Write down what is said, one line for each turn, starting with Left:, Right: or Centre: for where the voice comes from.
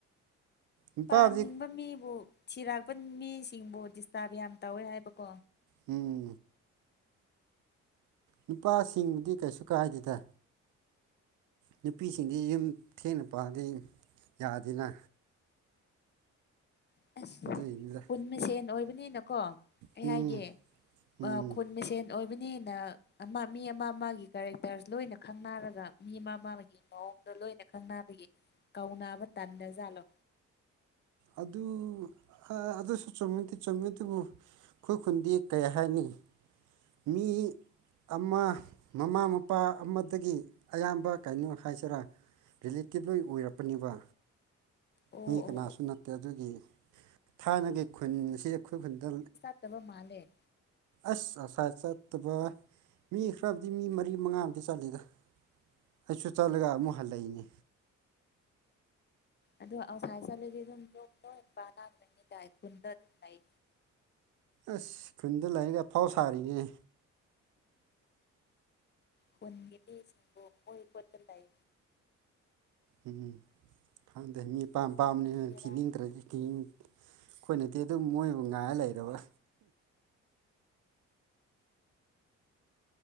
Right: ꯅꯨꯄꯥꯕꯨꯗꯤ
Left: ꯄꯥꯅꯤꯡꯕ ꯃꯤꯕꯨ ꯊꯤꯔꯛꯄ ꯃꯤꯁꯤꯡꯕꯨ ꯗꯤꯁꯇꯥꯔꯕ ꯌꯥꯝ ꯇꯧꯋꯦ ꯍꯥꯏꯕꯀꯣ
Right: ꯎꯝ ꯅꯨꯄꯥꯁꯤꯡꯕꯨꯗꯤ ꯀꯩꯁꯨ ꯀꯥꯏꯗꯦꯗꯥ ꯅꯨꯄꯤꯁꯤꯡꯗꯤ ꯌꯨꯝ ꯊꯦꯡꯅ ꯄꯥꯟꯗꯤ ꯌꯥꯗꯦꯅ
Left: ꯑꯁ
Right: ꯑꯗꯨꯏꯅꯤꯗ
Left: ꯄꯨꯟ ꯃꯁꯦꯟ ꯑꯣꯏꯕꯅꯤꯅꯀꯣ ꯑꯩ
Right: ꯎꯝ
Left: ꯍꯥꯏꯒꯦ
Right: ꯎꯝ
Left: ꯑ ꯈꯨꯟ ꯃꯁꯦꯟ ꯑꯣꯏꯕꯅꯤꯅ ꯑꯃ ꯃꯤ ꯑꯃ ꯑꯃꯒꯤ ꯀꯦꯔꯦꯛꯇꯔꯁ ꯂꯣꯏꯅ ꯈꯪꯅꯔꯒ ꯃꯤ ꯑꯃ ꯑꯃꯒꯤ ꯃꯑꯣꯡꯗꯣ ꯂꯣꯏꯅ ꯈꯪꯅꯥꯕꯒꯤ ꯀꯧꯅꯕ ꯇꯟꯗꯖꯥꯠꯂꯣ
Right: ꯑꯗꯨ ꯍ ꯑꯗꯨꯁꯨ ꯆꯨꯝꯕꯨꯗꯤ ꯆꯨꯝꯃꯤ ꯑꯗꯨꯕꯨ ꯑꯩꯈꯣꯏ ꯈꯨꯟꯗꯤ ꯀꯌꯥ ꯍꯥꯏꯅꯤ ꯃꯤ ꯑꯃ ꯃꯃꯥ ꯃꯄꯥ ꯑꯃꯇꯒꯤ ꯑꯌꯥꯝꯕ ꯀꯩꯅꯣ ꯍꯥꯏꯁꯤꯔꯥ ꯔꯤꯂꯦꯇꯤꯚꯜ ꯑꯣꯏꯔꯛꯄꯅꯤꯕ
Left: ꯑꯣ
Right: ꯃꯤ ꯀꯅꯥꯁꯨ
Left: ꯑꯣ
Right: ꯅꯠꯇꯦ ꯑꯗꯨꯒꯤ ꯊꯥꯏꯅꯒꯤ ꯈꯨꯟ ꯑꯁꯤ ꯑꯈꯣꯏ ꯈꯨꯟꯗ
Left: ꯇꯕ ꯃꯥꯜꯂꯦ
Right: ꯑꯁ ꯑꯥꯎꯁꯥꯏꯠ ꯆꯠꯇꯕ ꯃꯤ ꯈꯔꯕꯨꯗꯤ ꯃꯤ ꯃꯔꯤ ꯃꯉꯥ ꯕꯨꯗꯤ ꯆꯠꯂꯤꯗ ꯑꯩꯁꯨ ꯆꯠꯂꯒ ꯑꯃꯨꯛ ꯍꯜꯂꯛꯏꯅꯦ
Left: ꯑꯣ ꯑꯥꯎꯁꯥꯏꯠ ꯆꯠꯂꯗꯤ ꯑꯗꯨꯝ ꯂꯣꯝ ꯂꯣꯏ ꯄꯥꯅ ꯂꯩꯅꯤꯗꯥꯏ ꯈꯨꯟꯗ ꯂꯩ
Right: ꯑꯁ ꯈꯨꯟꯗ ꯂꯥꯛꯏꯒ ꯑꯐꯥꯎ ꯁꯥꯔꯤꯅꯦ
Left: ꯈꯨꯨꯟꯒꯤ ꯃꯤꯁꯤꯡꯕꯨ ꯃꯣꯏ ꯈꯨꯠꯇ ꯂꯩ
Right: ꯎꯝ ꯈꯪꯗꯦ ꯃꯤꯄꯥꯝ ꯄꯥꯝꯕꯅꯤ
Left: ꯕꯦꯔꯥꯅꯤ
Right: ꯊꯤꯅꯤꯡꯗ꯭ꯔꯒꯤꯗꯤ ꯑꯩꯈꯣꯏꯅꯗꯤ ꯑꯗꯨꯝ ꯃꯣꯏꯕꯨ ꯉꯥꯏꯔ ꯂꯩꯔꯕ